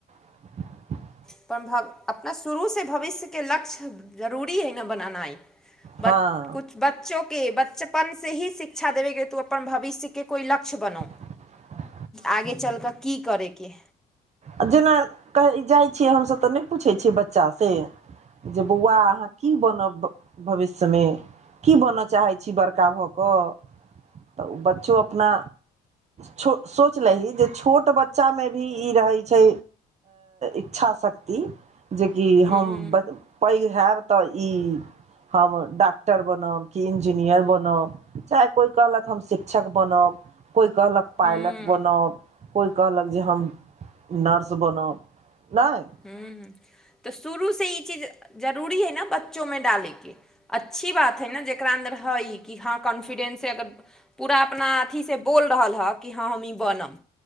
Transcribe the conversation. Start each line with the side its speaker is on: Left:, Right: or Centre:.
Right: <unintelligible>
Centre: अपन भऽ अपना शुरूसँ भविष्यके लक्ष्य जरूरी हइ ने बनेनाइ बच
Right: हँ
Centre: किुछु बच्चोके बचपनसँ ही शिक्षा देबेके तू अपन भविष्यके कोइ लक्ष्य बनउ।
Right: <inaudible>
Centre: आगे चलि कऽ की करयकेइ,
Right: आ जेना कहै जाइ छियै हमसभ तऽ नहि पूछै छियै बच्चासँ- जे बौआ अहाँ की बनब भविष्यमे की बनय चाहैत छी बड़का भऽ कऽ तऽ ओ बच्चो अपना सोचलही जे छोट बच्चा मे भी ई रहै इच्छा शक्ति जे कि
Centre: हुँ
Right: हम पेघ हबिय तऽ ई हम डॉाक्टर बनब कि इन्जीनियर बनब चाहे कोइ कहलक हम शिक्षक बनब कोइ कहलक पायलट
Centre: हुँ
Right: बनब कोइ कहलक जे हम नर्स बनब, नहि
Centre: हू तऽ शुरूसँ ई चीज जरूरी हइ ने बच्चोमे डालैके अच्छी बात हइ ने जकरा अन्दर हइ कि हँ कॉन्फिडेंसे अगर पूरा अपना अथीसँ बोल रहल हँ कि हँ हम ई बनम,